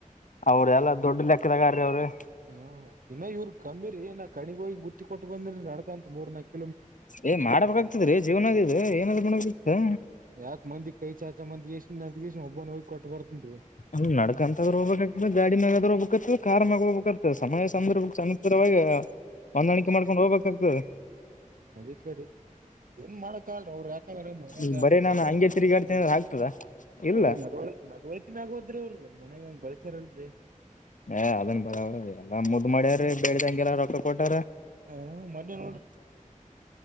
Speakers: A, on the left; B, on the right.
A: ಅವ್ರ ಎಲ್ಲ ದೊಡ್ ಲೆಕ್ಕದಗಾರ ಅವ್ರಿ.
B: ಹ್ಮ ಇನ್ನ ಇವ್ರು ಕಮ್ಮಿರಿ ನ ಕಣಿಗ್ ಹೋಗಿ ಬುತ್ತಿ ಕೊಟ್ಟು ಬಂದಿರಿ ನಡ್ಕಂತು ಮೂರ್ನಾಕು.
A: ಏ ಮಾಡ್ಬೇಕಾಗ್ತದ್ರೀ ಜೀವನದದು
B: ಹ್ಮ್
A: ಏನಾದ್ೂ ಮಾಡ್ಬೇಕಾಗತ.
B: ಯಾಕ್ ಮಂದಿ ಕೈ ಚಾಚಾ ಮಂದಿ ಎಷ್ಟು ನಗಷ್ಟ್ ಒಬ್ಬ ಹೋಗಿ ಕೊಟ್ಟ ಬರ್ತನ್ರಿ.
A: ಹ ನಡಡ್ಕ ಅಂತಾದ್ ಹೋಗ್ಬೇಕಕ್ತ ಗಾಡಿ ಮಾಗಾದ್ರ ಹೋಗ್ಬೇಕವ ಕಾರ್ ಮ. ಹೋಗ್ಬೇಕಾಗ್ತದೆ ಸಮಯ ಸಂದಭ ಸಮುದರವಾಗಿ ಹೊಂದಾಣಿಕೆ ಮಾಡ್ಕೊಂಡು ಹೋಗ್ಬೇಕಾಗ್ತದೆ.
B: ಅದಿಕಾರಿ ಏನ್ ಮಾಡಕಲ್ ಅವ್ರ ಯಾಕ. ಮನ್ಗ
A: ಈಗ ಬರೀ ನಾನು
B: ಬೆಳಸಾರ
A: ಹಂಗೆ
B: ಅವರು.
A: ತಿರುಗಾಡ್ತೀನಿ ಅಂದ್ರೆ
B: ಅ್ರ
A: ಆಗ್ತದ ಇಲ್ಲ
B: ಅವದ ಮನೆಗಂಗ್ ಬಳಚಾರಲ್ರಿ.
A: ಏ ಅದನ್ ಬರವ್ರ ಎಲ್ಲಾ ಮುದ್ ಮಾಡ್ಯಾರ ಬೇ್ದ ಹಂಗಗೆಲ್ಲ ರೊಕ್ರ್ ಕೊಟಾರ.
B: ಹ ಮ ನೋಡ್ರಿ